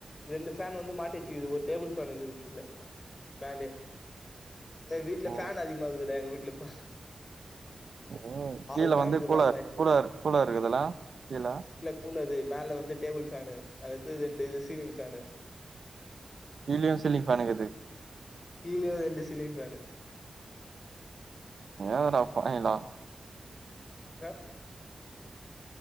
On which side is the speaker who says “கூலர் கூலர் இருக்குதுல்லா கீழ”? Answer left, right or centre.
Right